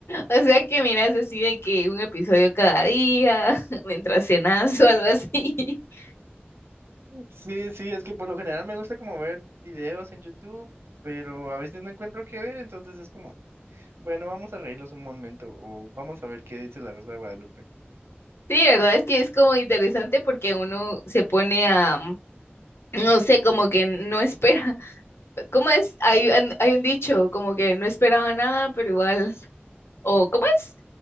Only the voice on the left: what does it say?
O sea que miras así de que un episodio cada día, <laughs> mientras cenas o algo así. <laughs>
Sí, verdad es que es como interesante porque uno se pone a, mm, no sé, como que no espera. <laughs> ¿Cómo es? Hay, un- hay un dicho, como que no esperaba nada, pero igual, o ¿cómo es?